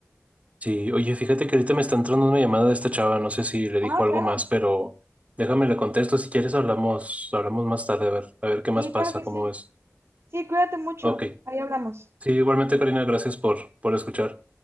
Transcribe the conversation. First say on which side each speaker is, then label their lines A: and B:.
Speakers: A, on the right; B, on the right.
A: Sí, oye, fíjate que ahorita me está entrando una llamada de esta chava, no sé si le
B: Ah,
A: dijo algo
B: claro.
A: más, pero déjame le contesto, si quieres hablamos, hablamos más tarde, a ver, a ver qué más
B: Sí,
A: pasa,
B: claro que
A: cómo
B: sí.
A: es.
B: Sí, cuídate mucho.
A: Ok,
B: Ahí hablamos.
A: sí, igualmente Karina, gracias por, por escuchar.